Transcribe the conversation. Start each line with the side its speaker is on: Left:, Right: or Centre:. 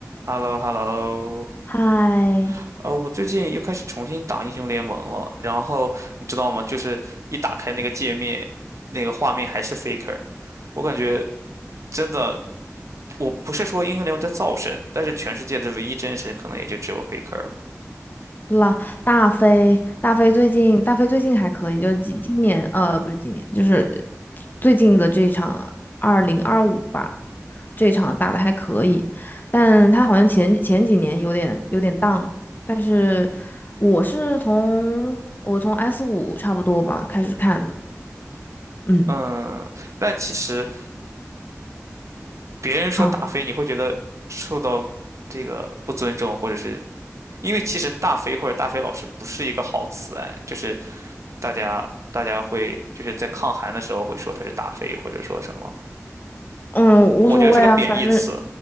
Right: h e l l o h e l l o
Left: 嗨，
Right: 呃，我最近又开始重新打英雄联盟了，然后你知道吗？就是一打开那个界面，那个画面还是 Faker，我感觉真的，我不是说英雄联盟在造神，但是全世界的唯一真神可能也就只有 Faker 了。
Left: 啦，大飞，大飞最近，大飞最近还可以，就是今今年，呃，不是今年，就是最近的这一场二零二五吧，这一场打的还可以，但他好像前前几年有点有点 down，但是我是从我从 S 五差不多吧开始看的，嗯。
Right: 嗯，但其实别人说大飞，
Left: 啊。
Right: 你会觉得受到这个不尊重，或者是因为其实大飞或者大飞老师不是一个好词，哎，就是大家大家会就是在抗寒的时候会说它是大飞，或者说什么，
Left: 嗯，无所谓啊，
Right: 我觉得是个贬义词。
Left: 反正，